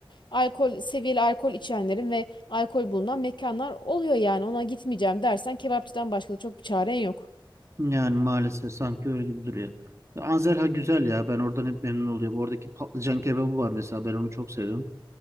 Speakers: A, on the left; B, on the right.
A: alkol seviyeli alkol içenlerin ve alkol bulunan mekanlar oluyor yani. Ona gitmeyeceğim dersen kebapçıdan başka da çok bir çaren yok.
B: Yani maalesef sanki öyle gibi duruyor. Ya Anzelha güzel ya. Ben oradan hep memnun oluyorum. Oradaki patlıcan kebabı var mesela. Ben onu çok seviyorum.